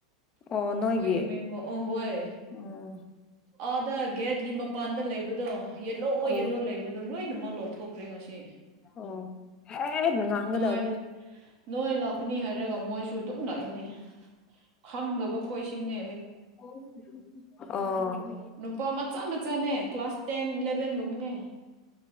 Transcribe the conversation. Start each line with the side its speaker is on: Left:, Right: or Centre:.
Left: ꯑꯣ ꯅꯣꯏꯒꯤ
Right: ꯑꯣꯏꯒꯤ ꯃꯒꯣ ꯑ ꯍꯣꯏ
Left: ꯎꯝ
Right: ꯑ ꯒꯦꯗꯀꯤ ꯃ ꯃꯄꯥꯟꯗ ꯂꯩꯕꯗꯣ ꯌꯦꯜꯂꯣꯑꯣ
Left: ꯑꯣ
Right: ꯌꯦꯜꯂꯣ ꯂꯩꯕꯗꯣ ꯂꯣꯏꯅꯃꯛ ꯂꯧꯊꯣꯛꯈ꯭ꯔꯦ ꯉꯁꯤ
Left: ꯑꯣ ꯍꯦꯛ ꯉꯥꯡꯒꯗꯕꯅꯦ
Right: ꯅꯣꯏ ꯅꯣꯏ ꯂꯥꯛꯀꯅꯤ ꯍꯥꯏꯔꯒ ꯃꯣꯏ ꯁꯨꯗꯧꯅ ꯏꯅꯦ ꯈꯪꯗꯕ ꯈꯣꯏꯁꯤ ꯆꯤꯡꯅꯦ
Left: ꯑꯣ
Right: ꯅꯨꯄꯥ ꯃꯆꯥ ꯃꯆꯥꯅꯦ ꯀ꯭ꯂꯥꯁ ꯇꯦꯟ ꯏꯂꯦꯚꯦꯟꯒꯨꯝꯕꯅꯦ